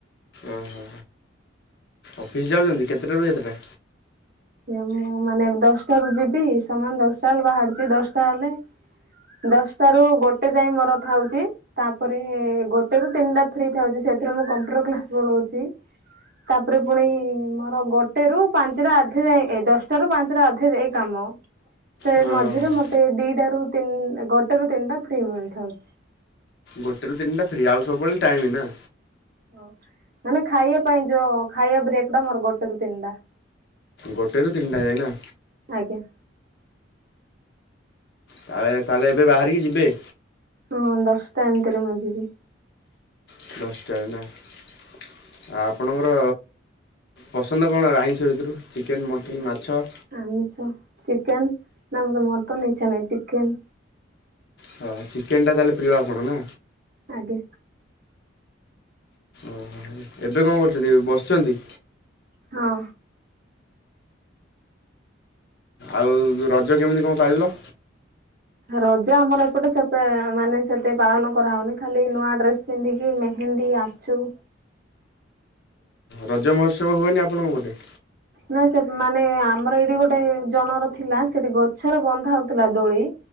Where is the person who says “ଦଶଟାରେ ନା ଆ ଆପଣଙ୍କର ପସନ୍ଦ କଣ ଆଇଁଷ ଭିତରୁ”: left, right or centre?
Left